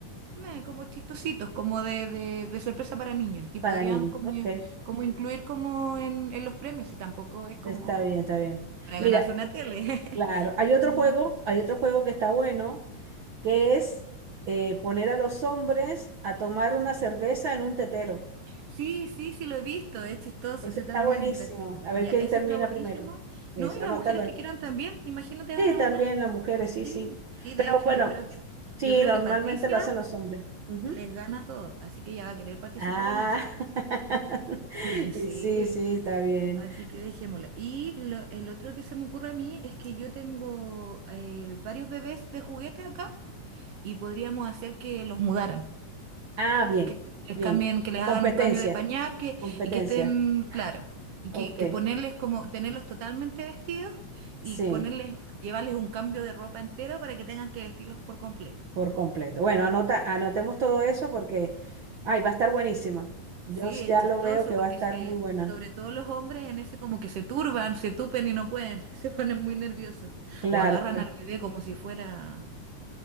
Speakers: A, on the right; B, on the right.
A: meh, como chistositos, como de, de, de sorpresa para niños. Y
B: Para
A: podríamos
B: niños.
A: como,
B: Ok.
A: como incluir como en, en los premios, y tampoco es como
B: Está bien, está bien.
A: para
B: Mira,
A: ganarse una tele. <laughs>
B: claro, hay
A: Es como
B: otro juego, hay otro juego que está bueno, que es eh, poner a los hombres a tomar una cerveza en un tetero.
A: Sí, sí, sí lo he visto, es chistoso,
B: Ese
A: ese
B: está
A: también
B: buenísimo.
A: es gracioso.
B: A
A: Ya,
B: ver quién
A: ese
B: termina
A: está buenísimo.
B: primero. Eso,
A: No, y
B: anótalo
A: las mujeres
B: ahí.
A: que quieran también, imagínate
B: Sí,
A: gana
B: también
A: una.
B: las mujeres,
A: Sí,
B: sí, sí.
A: sí, de
B: Pero
A: hecho
B: bueno,
A: yo creo que
B: sí,
A: yo creo
B: normalmente
A: que Patricia
B: lo hacen los hombres. Ujú.
A: les gana a todos, así que ella va a querer participar
B: Ah,
A: en eso.
B: <laughs>
A: <laughs> Sí,
B: y sí, sí, está bien.
A: así que dejémoslo. Y lo- el otro que se me ocurre a mí es que yo tengo eh, varios bebés de juguete acá y podríamos hacer que los mudaran.
B: Ah, bien,
A: que les
B: bien.
A: cambien, que les
B: Competencia.
A: hagan un cambio de pañal que,
B: Competencia.
A: y que estén claro Y
B: Ok,
A: que, que ponerles como, tenerlos totalmente vestidos y
B: sí,
A: ponerles, llevarles un cambio de ropa entero para que tengan que vestirlos por completo.
B: por completo. Bueno, anota, anotemos todo eso porque, ay, va a estar buenísima. Yo
A: Sí,
B: s-
A: es
B: ya
A: chistoso
B: lo veo que
A: porque
B: va a estar
A: se,
B: muy buena.
A: sobre todo los hombres en ese como que se turban, se tupen y no pueden, <laughs> se ponen muy nerviosos.
B: Claro,
A: O agarran
B: claro.
A: al bebé como si fuera